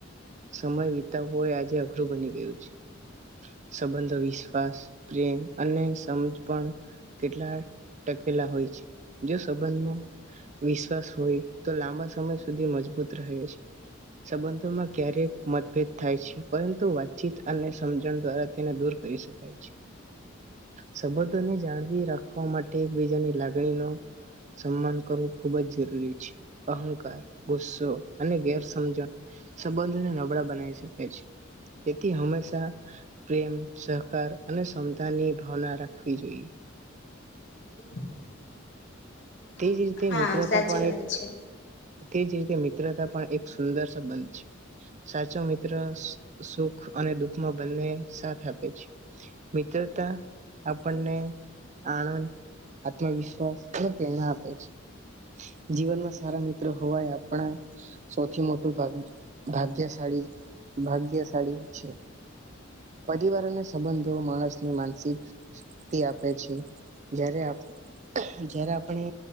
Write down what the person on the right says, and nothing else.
સમય વિતાવ હોય આજે અઘરું બની ગયું છે સંબંધ વિશ્વાસ પ્રેમ અને સમજ પણ કેટલા ટકેલા હોય છે જો સંબંધમાં વિશ્વાસ હોય તો લાંબા સમય સુધી મજબૂત રહે છે સંબંધોમાં ક્યારેક મતભેદ થાય છેુ પરંતુ તો વાતચીત અને સમજણ દ્વારા તેને દૂર કરી શકાય છે સંબંધોને જાણવી રાખવા માટે એકબીજાની લાગણી નો સન્માન કરવું ખૂબ જ જરૂરી છે અહંકાર ગુસ્સો અને ગેરસમજણ સંબંધને નબળા બનાવી શકે છે તેથી હંમેશા પ્રેમ સહકાર અને ક્ષમતા ની ભાવના રાખવી જોઈએ.
તેજ રીતે
મિત્રતા
પણ
એક
તે જ રીતે મિત્રતા પણ એક સુંદર સંબંધ છે. સાચો મિત્ર સુખ અને દુખમાં બંને સાથ આપે છે, મિત્રતા આપણને આનંદ આત્મવિશ્વાસ ના આપે છે. જીવનમાં સારા મિત્રો હોવા એ આપણા સૌથી મોટુ <unintelligible> ભાગ્યશાળી ભાગ્યશાળી છે, પરિવાર અને સંબંધો માણસને માનસિક આપે છે. જ્યારે જ્યારે